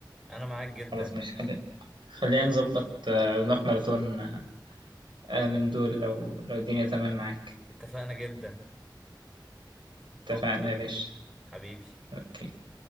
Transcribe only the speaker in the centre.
انا معاك جدا
اتفقنا جدا
اوكي
حبيبي